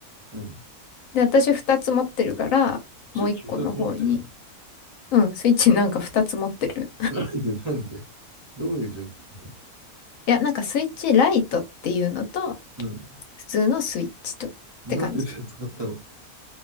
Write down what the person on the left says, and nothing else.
で、私二つ持ってるから、もう一個の方に。
うん、スイッチなんか二つ持ってる。
いや、なんかスイッチライトっていうのと、
普通のスイッチとって感じ。